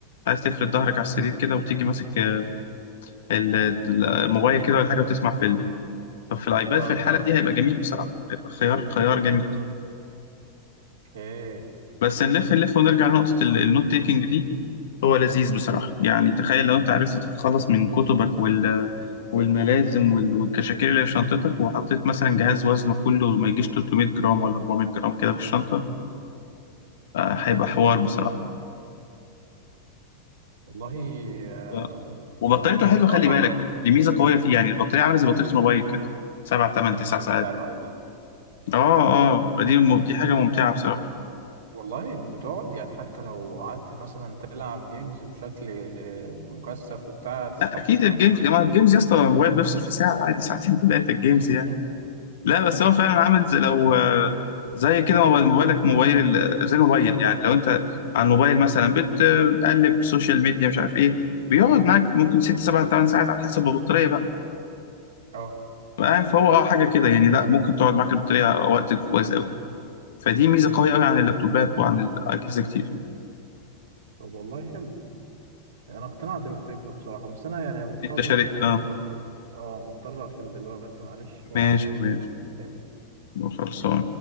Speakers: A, on the left; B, on the right.
A: عايز تفرد ظهرك على السرير كده وتيجي ماسك ال- ال- الموبايل كده ولا حاجه وتسمع فيلم ففي الايباد
B: اه
A: في الحاله دي هيبقى جميل بصراحه هيبقى خيار خيار جميل
B: اوكي
A: بس نلف نلف ونرجع لنقطه ال- النوت تيكنج دي هو لذيذ بصراحه يعني تخيل لو انت عرفت تتخلص من كتبك وال والملازم وال- والكشاكيل اللي في شنطتك وحطيت مثلا جهاز وزنه كله ما يجيش 300 جرام ولا 400 جرام كده في الشنطه هيبقى حوار بصراحة
B: والله آه،
A: ف- وبطاريته
B: انا
A: حلوة
B: الصراحه
A: خلي بالك دي ميزة قوية فيه يعني البطارية عاملة زي بطارية الموبايل كده سبع تمن تسع
B: بتاع
A: ساعات
B: الايباد
A: اه اه فدي الم- دي حاجة ممتعة بصراحة
B: والله بتقعد يعني حتى لو قعدت مثلا تلعب جيمز بشكل آه، مكثف وبتاع تستحمل
A: لا أكيد
B: معاك
A: الجيمز يا جماعة الجيمز يا اسطى الموبايل بيفصل في ساعة عادي ساعتين ثلاثة الجيمز
B: <laughs>
A: يعني لا بس هو فعلا عامل زي لو زي كده موبايل- موبايلك موبايل زي الموبايل يعني لو أنت على الموبايل مثلا بتقلب سوشيال ميديا مش عارف إيه بيقعد معاك ممكن ست سبع ثمان ساعات على حسب البطارية بقى
B: اه
A: فاهم فهو اه حاجة كده يعني لا ممكن تقعد معاك البطارية وقت كويس قوي. فدي ميزه قويه قوي عن اللابتوبات وعن الاجهزه كتير
B: طب والله حلو انا اقتنعت بالفكره بصراحه بس انا يعني مضطر
A: انت شاريت
B: للاسف
A: اه
B: اقفل اه مضطر اقفل دلوقتي معلش وهكلمك
A: ماشي ماشي
B: تاني
A: خلصان